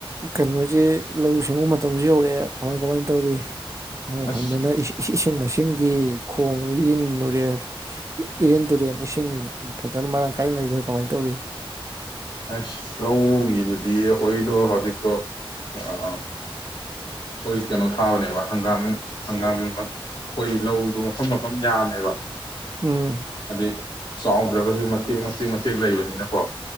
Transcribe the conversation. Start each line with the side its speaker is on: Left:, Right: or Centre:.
Right: ꯀꯩꯅꯣꯁꯤ ꯂꯧꯎ ꯁꯤꯡꯎ ꯃꯇꯝꯁꯨ ꯌꯧꯔꯛꯑꯦ ꯀꯃꯥꯏ ꯀꯃꯥꯏꯅ ꯇꯧꯔꯤ ꯅꯣꯏ
Left: ꯑꯁ
Right: ꯍꯣꯝꯗꯅ ꯏꯁꯤꯡ ꯃꯥꯏꯁꯤꯡꯗꯤ ꯈꯣꯡ ꯏꯟ ꯨꯇꯨꯔꯦꯜ ꯏꯔꯤꯟ ꯇꯨꯔꯦꯟ ꯏꯁꯤꯡ ꯐꯖꯅ ꯃꯔꯥꯡ ꯀꯥꯏꯅ ꯂꯩꯕ ꯀꯃꯥꯏꯅ ꯇꯧꯔꯤ
Left: ꯑꯦꯁ ꯂꯧꯒꯤꯕꯨꯗꯤ ꯑꯩꯈꯣꯏꯗꯣ ꯍꯧꯖꯤꯛꯇꯣ ꯑ ꯍꯣꯏ ꯀꯩꯅꯣ ꯊꯥꯕꯅꯦꯕ ꯍꯪꯒꯥꯝ ꯍꯪꯒꯥꯝ ꯑꯩꯈꯣꯏ ꯂꯧꯗꯣ ꯃꯐꯝ ꯃꯐꯝ ꯌꯥꯝꯃꯦꯕ
Right: ꯎꯝ
Left: ꯑꯗꯩꯩ ꯆꯥꯎ ꯗ꯭ꯔꯒꯁꯨ ꯃꯇꯦꯛ ꯃꯇꯦꯛ ꯃꯇꯦꯛ ꯂꯩꯕ ꯅꯀꯣ